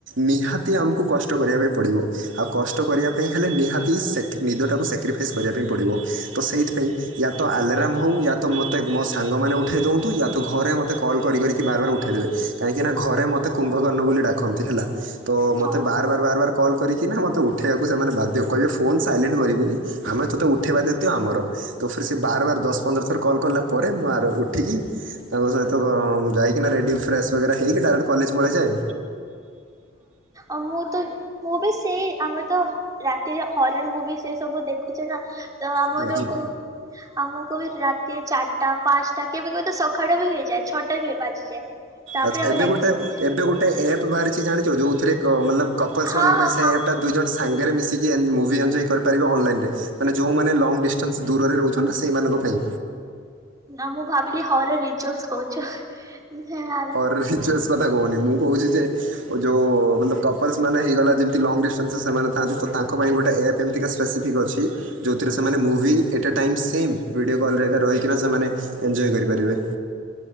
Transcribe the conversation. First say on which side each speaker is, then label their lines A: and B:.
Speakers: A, on the right (about 75°); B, on the right (about 20°).
A: ନିହାତି ଆମକୁ କଷ୍ଟ କରିବା ପାଇଁ ପଡ଼ିବ ଆଉ କଷ୍ଟ କରିବା ପାଇଁ ହେଲେ ନିହାତି ସେକ ନିଦଟାକୁ ସାକ୍ରିଫାଇସ୍ କରିବା ପାଇଁ ପଡ଼ିବ ତ ସେଇଥିପାଇଁ ୟା ତ ଆଲାରମ୍ ହଉ ୟା ତ ମତେ ମୋ ସାଙ୍ଗମାନେ ଉଠାଇ ଦୋନ୍ତୁ ୟା ତ ଘରେ ମତେ କଲ୍ କରି କରିକି ବାରବାର ଉଠେଇ ଦେବେ। କାହିଁକି ନା ଘରେ ମତେ କୁମ୍ଭକର୍ଣ୍ଣ ବୋଲି ଡାକନ୍ତି ହେଲା। ତ ମତେ
B: ହଁ
A: ବାର ବାର ବାର ବାର କଲ୍ କରିକିନା ମୋତେ ଉଠେଇ କୁ ସେମାନେ ବାଧ୍ୟ, କହିବେ ଫୋନ୍ ସାଇଲେଣ୍ଟ କରିବୁନି ଆମେ ତତେ ଉଠାଇବା ଦାୟୀତ୍ଵ ଆମର। ତ ଫିର ସେ ବାର ବାର ଦଶ ପନ୍ଦର ଥର କଲ୍ କଲା ପରେ ମୁଁ ଆର ଉଠିକି ତାଙ୍କ ସହିତ ମୁଁ ଯାଇକିନା ରେଡ଼ି ଫ୍ରେସ୍ ବଗେରା ହେଇକି ଡାଇରେକ୍ଟ କଲେଜ ପଳେଇଯାଏ।
B: ଆ ମୁଁ ତ ମୁଁ ବି ସେଇ ଆମେ ତ ରାତିରେ ହରର ମୁଭି ସେ ସବୁ ଦେଖୁଚେ ନା ତ ଆମର
A: ଠିକ୍ ଅଛି
B: କଉ ଆମକୁ ବି ରାତି ଚାଟା ପାଞ୍ଚଟା କେବେ କେବେ ତ ସକାଳ ବି ହେଇଯାଏ ଛଅଟା ବି ବାଜିଯାଏ। ତାପରେ
A: ଆଚ୍ଛା
B: ଆମେ
A: ଏବେ
B: ଯାଇକି
A: ଗୋଟେ
B: ଶୋଉଛେ
A: ଏବେ ଗୋଟେ ଏପ୍ ବାହାରିଚି ଜାଣିଚ ଯୋଉଥିରେ ମଲପ କପଲ୍ସ
B: ହଁ
A: ମାନଙ୍କ
B: ହଁ
A: ପାଇଁ ସେ
B: ହଁ
A: ଏପ୍ ଟା। ଦୁଇ ଜଣ ସାଙ୍ଗରେ ମିଶିକି ଏ ମୁଭି ଏଞ୍ଜୟ କରିପାରିବେ ଅନଲାଇନ ରେ। ମାନେ ଯୋଉମାନେ ଲଙ୍ଗ ଡିଷ୍ଟାନ୍ସ ଦୂରରେ ରହୁଛନ୍ତି ସେଇମାନଙ୍କ ପାଇଁ।
B: ନା ମୁଁ ଭାବିଲି ହର ରିଚୁଆଲସ କହୁଚ, ନା।
A: <unintelligible> କଥା କହୁନି ମୁଁ କହୁଚି ଯେ ଯଉ ମଲପ କପଲସ ମାନେ ହେଇଗଲା ଯେମତି ଲଙ୍ଗ ଡିଷ୍ଟାନ୍ସ ସେମାନେ ଥାନ୍ତି ତ ତାଙ୍କ ପାଇଁ ଗୋଟେ ଏପ ଏମତିକା ସ୍ପେସିଫିକ୍ ଅଛି। ଯୋଉଥିରେ ସେମାନେ ମୁଭି ଏଟା ଟାଇମ୍ ଶେମ୍ ଭିଡିଓ କଲରେ ଏକା ରହିକିନା ସେମାନେ ଏଞ୍ଜୟ କରିପାରିବେ।